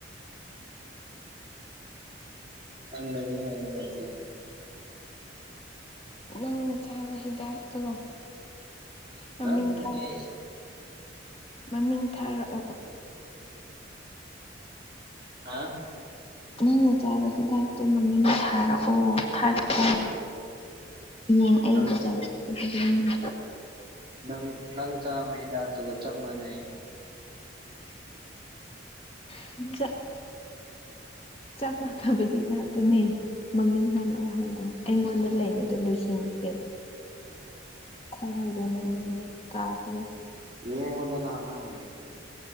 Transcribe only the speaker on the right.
ꯅꯪꯅꯅꯤ ꯑꯩꯅ ꯅꯠꯇꯦ
ꯅꯪꯅꯅꯦ꯫
ꯍꯥ
ꯅꯪ
ꯅꯪ ꯅꯪ ꯆꯥꯕ ꯍꯤꯗꯥꯛꯇꯨꯒ ꯆꯞ ꯃꯥꯟꯅꯩ꯫
ꯌꯦꯉꯨꯗꯅꯥ ꯅꯪ